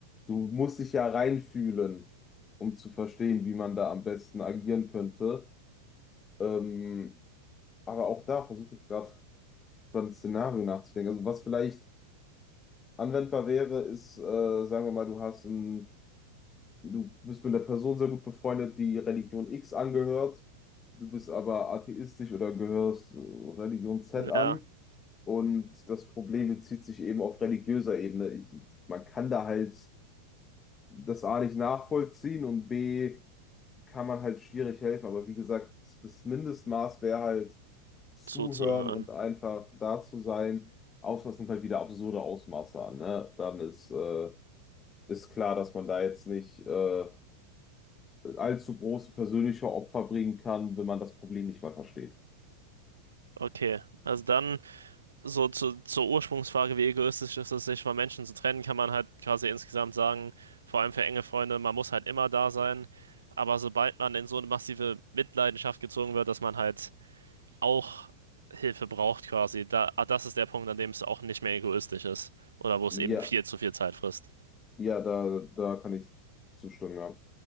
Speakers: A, on the left; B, on the right.
A: du musst dich ja reinfühlen, um zu verstehen, wie man da am besten agieren könnte. Ähm, aber auch da versuche ich gerade über ein Szenario nachzudenken. Also was vielleicht anwendbar wäre, ist, äh, sagen wir mal, du hast ein, du bist mit einer Person sehr gut befreundet, die Religion X angehört, du bist aber atheistisch oder gehörst äh, Religion Z
B: Ja,
A: an. Und das Problem bezieht sich eben auf religiöser Ebene. Ich, man kann da halt das A nicht nachvollziehen und B kann man halt schwierig helfen. Aber wie gesagt, das Mindestmaß wäre halt zuhören
B: zuzuhören.
A: und einfach da zu sein. Ausmaß nimmt halt wieder absurde Ausmaße an, ne? Dann ist, äh, ist klar, dass man da jetzt nicht äh, allzu große persönliche Opfer bringen kann, wenn man das Problem nicht mal versteht.
B: Okay, also dann so zu, zur Ursprungsfrage, wie egoistisch ist es, sich von Menschen zu trennen, kann man halt quasi insgesamt sagen, vor allem für enge Freunde, man muss halt immer da sein. Aber sobald man in so eine massive Mitleidenschaft gezogen wird, dass man halt auch Hilfe braucht quasi, da, ah, das ist der Punkt, an dem es auch nicht mehr egoistisch ist oder wo es eben
A: Ja,
B: viel zu viel Zeit frisst.
A: ja, da, da kann ich zustimmen, ja.